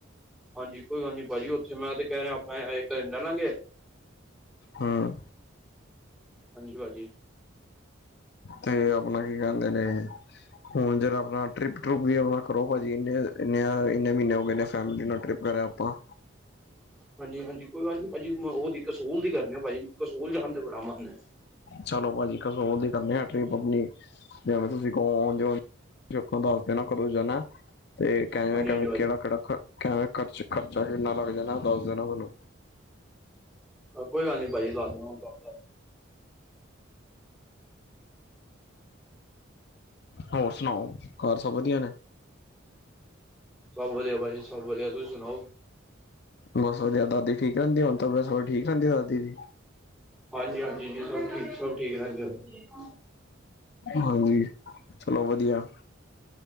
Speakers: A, in the centre; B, on the left (about 55°).
A: ਹਾਂਜੀ ਕੋਈ ਗੱਲ ਨੀ ਭਾਜੀ, ਉੱਥੇ ਮੈਂ 'ਤੇ ਕਹਿ ਰਿਹਾ, ਆਪਾਂ ਐ ਇੱਕ ਦਿਨ ਰਹਿ ਲਾਂਗੇ।
B: ਹਾਂ।
A: ਹਾਂਜੀ ਭਾਜੀ।
B: 'ਤੇ ਆਪਣਾ ਕੀ ਕਹਿੰਦੇ ਨੇ ਹੁਣ ਜਰਾ ਆਪਣਾ, ਟਰਿੱਪ-ਟਰੁਪ ਵੀ ਆਪਣਾ ਕਰੋ ਭਾਜੀ। ਇਨੇ ਇੰਨੇ ਆ ਇੰਨੇ ਮ੍ਹੀਨੇ ਹੋ ਗਏ ਨੇ, ਫੈਮਿਲੀ ਨਾਲ ਟਰਿਪ ਕਰਿਆ ਆਪਾਂ।
A: ਹਾਂਜੀ-ਹਾਂਜੀ ਕੋਈ ਗੱਲ ਨੀ ਭਾਜੀ, ਮ ਉਹਦੀ ਕਸੂਲ ਦੀ ਕਰਨੀ ਆ ਭਾਜੀ, ਕਸੂਲ ਜਾਣ 'ਤੇ ਬੜਾ ਮਨ ਐ।
B: ਚਲੋ ਭਾਜੀ, ਕਸੂਲ ਦੀ ਕਰਨੀ ਆ ਟ੍ਰਿਪ ਆਪਣੀ ਜਿਵੇਂ ਤੁਸੀਂ ਕਹੋ ਉਝ ਉ, ਝ ਆਪ ਦੱਸ ਦੇਣਾ ਕਦੋਂ ਜਾਣਾ? 'ਤੇ ਕੇਵੇਂ-ਕੇਵੇਂ,
A: ਹਾਂਜੀ ਹਾਂਜੀ ਭਾਜੀ
B: ਕਿਹੜਾ-ਕਿਹੜਾ ਖਰ ਖੈ ਖਰਚ ਖਰਚਾ ਕਿੰਨਾ ਲੱਗ ਜਾਣਾ ਦੱਸ ਦੇਣਾ ਮੈਨੂੰ।
A: ਕੋਈ ਗੱਲ ਨੀ ਭਾਜੀ ਦਸ ਦਾਗਾ ਉਣ ਤੁਹਾਨ।
B: ਹੋਰ ਸੁਣਾਓ ਘਰ ਸਭ ਵਧੀਆ ਨੇ?
A: ਸਭ ਵਧੀਆ ਭਾਜੀ ਸਭ ਵਧੀਆ ਤੁਸੀਂ ਸੁਣਾਓ?
B: ਬਸ ਵਧੀਆ, ਦਾਦੀ ਠੀਕ ਰਹਿੰਦੀ ਆ ਹੁਣ ਤਬਿਯਤ ਤੁਬਿਯਤ ਹੋਰ ਠੀਕ ਰਹਿੰਦੀ ਆ ਦਾਦੀ ਦੀ?
A: ਹਾਂਜੀ-ਹਾਂਜੀ ਜੀ, ਸਭ ਠੀਕ ਸਭ ਠੀਕ ਰਹਿੰਦੇ ਉਣ।
B: ਹਾਂਜੀ ਚਲੋ ਵਧੀਆ।